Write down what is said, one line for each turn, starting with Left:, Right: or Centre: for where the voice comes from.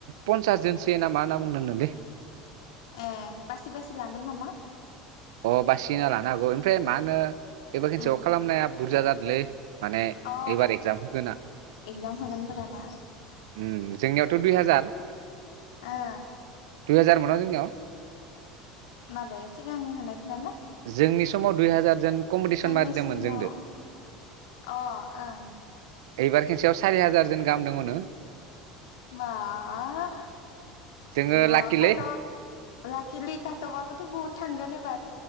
Right: पनसासजोनसो नामा नाम बुंनांगोनलै
Left: ए बासि बासि लांगोन नामा
Right: अ बासिना लानो हागौ ओमफ्राय मा होनो एबार खोनसयाव
Left: उम
Right: खालामनाया बुरजा जादोंलै माने
Left: अ
Right: एइबार एगजाम होगोन ना
Left: एगजाम होगोनफोराना
Right: होम जोंनियावथ दुइ हाजार
Left: आ
Right: दुइ हाजार मोनो जोंनियाव
Left: माबाया सिगां होनायफोराना
Right: जोंनि समाव दुइ हाजार जोन कम्पिटिसन
Left: जोंनि
Right: मारिदोंमोन
Left: सिमाव
Right: जोंदो
Left: अ ओं
Right: एबार खेनसेयाव सारि हाजार जोन गाहाम दङनो
Left: मा अ
Right: जोङो लाखिलै
Left: खाथ' लाकिलि खाथ'बाबोथ' बहुद थांगोन एबार